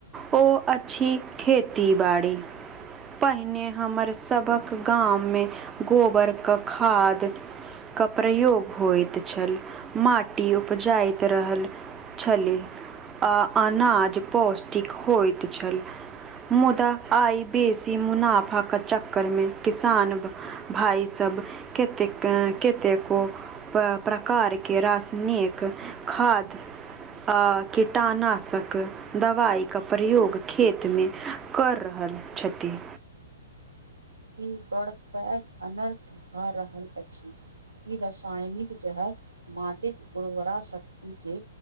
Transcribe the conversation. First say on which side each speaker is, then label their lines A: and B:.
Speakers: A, on the right; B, on the right.
A: ओ अछि खेती बाड़ी। पहिने हमरसभक गाममे गोबर के खाद के प्रयोग होइत छल माटी उपजाइत रहल छलै, आ अनाज पौष्टिक होइत छल। मुदा आई बेसी मुनाफा के चक्कर में किसान भाई सब कतेक कतेको प्रकार के रासायनिक खाद आ कीटानाशक दवाइ के प्रयोग खेत मे कर रहल छथि।
B: ई बड़ पैघ अनर्थ भऽ रहल अछि। ई रसायनिक जहर माटिक उर्वरा शक्ति के